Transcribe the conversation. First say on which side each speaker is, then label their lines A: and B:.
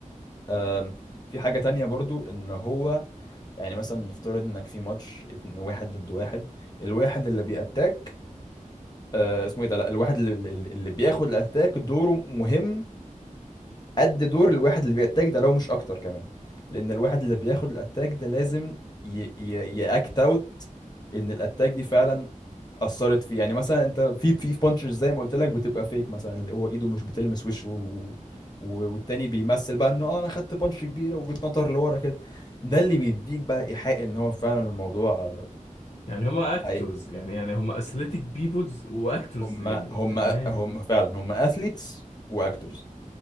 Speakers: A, on the left; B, on the left.
A: أم، في حاجة تانية برضو ان هو يعني مثلا نفترض انك في ماتش اتنين واحد ضد واحد الواحد اللي بيأتاك آه، اسمه ايه ده لا الواحد اللي, اللي اللي بياخد الاتاك دوره مهم قد دور الواحد اللي بيأتاك ده لو مش اكتر كمان لان الواحد اللي بياخد الاتاك ده لازم ي... ي... يأكت اوت ان الاتاك دي فعلا اثرت فيه يعني مثلا انت في في بانشز زي ما قلت لك بتبقى فيك مثلا اللي هو ايده مش بتلمس وشه و... و... والتاني بيمثل بقى انه اه انا خدت بانش كبيره وبيتنطر لورا كده ده اللي بيديك بقى ايحاء ان هو فعلا الموضوع آه،
B: يعني هما اكتورز
A: حقيقي وبتاع.
B: يعني يعني هما اثليتيك بيبلز واكتورز
A: هم
B: يعني
A: هم
B: تمام
A: هم فعلا هم اثليتس واكتورز